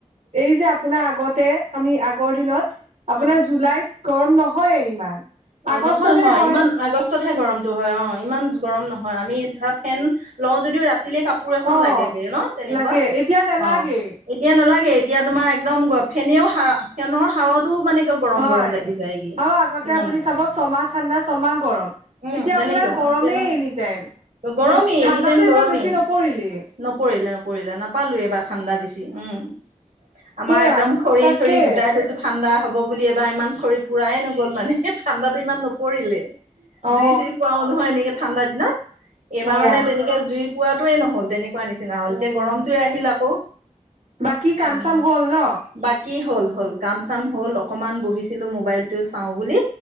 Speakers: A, on the right (about 60°); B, on the right (about 85°).
A: এই যে আপোনাৰ আগতে আমি আগৰ দিনত আপোনাৰ
B: অ
A: জুলাইত গৰম নহয় ইমান
B: অ
A: আগষ্টতহে
B: নহয় নহয়
A: হয়
B: ইমান আগষ্ট তহে গৰমটো হয় অ ইমান গৰম নহয় আমি ধৰ ফেন লও যদিও ৰাতিলে কাপো কাপোৰ এখন
A: অ
B: লাগে গে ন তেনেকুৱা
A: লাগে এতিয়া নালাগেই
B: অ এতিয়া নালাগে এতিয়া তোমাৰ একদম ফেনেও হা ফেনৰ হাৱাতো মানে গৰম
A: হয়
B: গৰম লাগি যায়গে।
A: আৰু আগতে
B: ইমান
A: আপুনি চাব ছমাহ ঠাণ্ডা ছমাহ গৰম
B: উম
A: এতিয়া
B: তেনেকুৱা
A: আপোনাৰ গৰমেই
B: এতিয়া ন
A: এনি টাইম
B: গৰমেই
A: বেছ ঠাণ্ডাটো
B: এনি টাইম
A: এইবাৰ
B: গৰমেই।
A: বেছি নপৰিলেই
B: নপৰিলে নপৰিলে নাপালোৱে ঠাণ্ডা বেছি উম আমাৰ
A: সেয়া
B: একদম খৰি
A: তাকে
B: চৰি গোটাই থৈছো ঠাণ্ডা হ'ব বুলি এবাৰ ইমান খৰি পুৰাই নগ'ল মানে ঠাণ্ডাটো ইমান নপৰিলে।
A: অ
B: জুই চুই ফুৱাও নহয় এনেকে ঠাণ্ডা দিনত এইবাৰ
A: সেয়া
B: মানে তেনেকে জুই পোৱাটোৱে নহল তেনেকুৱা নিচিনা। নিচিনা হ'ল
A: উম
B: এতিয়া গৰমটোৱে আহিল আকৌ
A: বাকী কাম
B: উম
A: চাম হ'ল ন
B: বাকী হ'ল হ'ল কাম চাম হ'ল অকণমান বহিছিলোঁ মোবাইলটো চাওঁ বুলি